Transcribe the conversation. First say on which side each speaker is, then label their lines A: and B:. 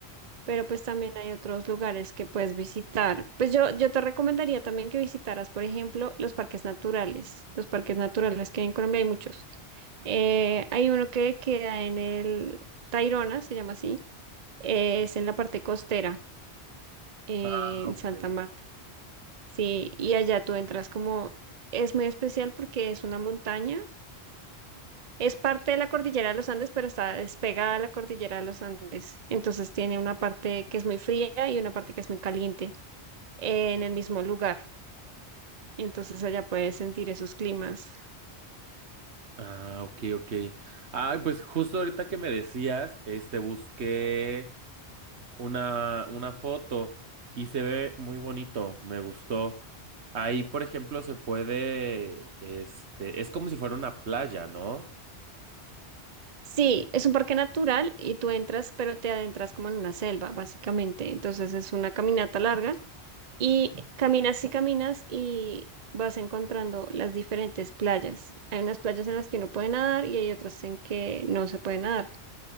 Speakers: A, on the right; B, on the right.
A: pero pues también hay otros lugares que puedes visitar. Pues yo, yo te recomendaría también que visitaras, por ejemplo, los parques naturales. Los parques naturales que hay en Colombia hay muchos. Eh, hay uno que queda en el Tayrona, se llama así, eh, es en la parte costera, eh,
B: Ah,
A: en
B: ok.
A: Santa Marta. Sí, y allá tú entras como, es muy especial porque es una montaña Es parte de la cordillera de los Andes, pero está despegada a la cordillera de los Andes. Entonces tiene una parte que es muy fría y una parte que es muy caliente eh, en el mismo lugar. Entonces allá puedes sentir esos climas.
B: Ah, ok, ok. Ay, pues justo ahorita que me decías, este, busqué. una, una foto y se ve muy bonito, me gustó. Ahí, por ejemplo, se puede, este, es como si fuera una playa, ¿no?
A: Sí, es un parque natural y tú entras, pero te adentras como en una selva, básicamente. Entonces es una caminata larga y caminas y caminas y vas encontrando las diferentes playas. Hay unas playas en las que uno puede nadar y hay otras en que no se puede nadar.